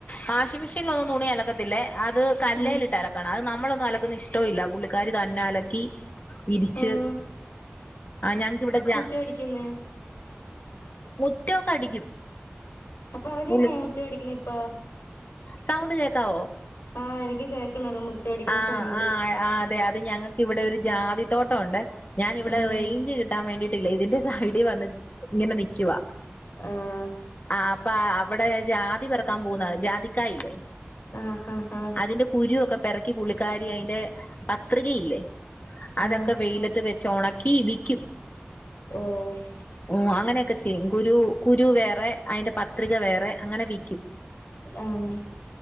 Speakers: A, on the left; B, on the left.
A: വാഷിംഗ് മെഷീനിലൊന്നും തുണി അലക്ക അക്കത്തില്ലേ അത് കല്ലേലിട്ട്
B: ഉം
A: അലക്കണം അത് നമ്മളൊന്നും അലക്കുന്ന ഇഷ്ടോം ഇല്ല പുള്ളിക്കാരി തന്നെ അലക്കി വിരിച്ച്
B: ആഹ്
A: ആ ഞങ്ങക്ക് ഇവിടെ ജ
B: മുറ്റം അടിക്കുന്നെ
A: മുറ്റൊക്കെ അടിക്കും
B: അപ്പൊ അവര്ന്നെ
A: പുള്ളി
B: മുറ്റടികുന്നെപ്പോ
A: സൗണ്ട് കേക്കാവോ
B: ആഹ്‌ എനിക്ക് കേക്കണ് ണ്ട് മുറ്റടിക്കുന്ന
A: ആഹ്
B: സൗണ്ട്
A: ആഹ് അതെ ‌ അത് ഞങ്ങക്ക് ഇവിടെ ഒരു ജാതിത്തോട്ടൊണ്ടേ ഞാനിവിടെ
B: ഉം
A: റേയ്ഞ്ച് കിട്ടാവേണ്ടി ട്ടില്ലേ ഇതിന്റെ സൈഡി വന്ന് ഇങ്ങനെ നിക്കുവാ
B: ആഹ്
A: ആഹ്‌ അപ്പ അവിടെ ജാതി പെറ്ക്കാപോകുന്ന ജാതിക്കായില്ലേ
B: ആഹ് ആഹ്
A: അതിന്റെ കുരു ഒക്കെ പെറ്ക്കി പുള്ളിക്കാരി അയ്ന്റെ പത്രികയില്ലേ അതൊക്കെ
B: ആഹ് ആഹ്
A: വെയിലത്ത് വെച്ച് ഒണക്കി വിക്കും
B: ഓഹ്‌
A: ഓഹ്‌ അങ്ങനെയൊക്കെ ചെയ്യും കുരു കുരു വേറെ അതിന്റെ പത്രിക വേറെ അങ്ങനെ വിക്കും
B: ആഹ്‌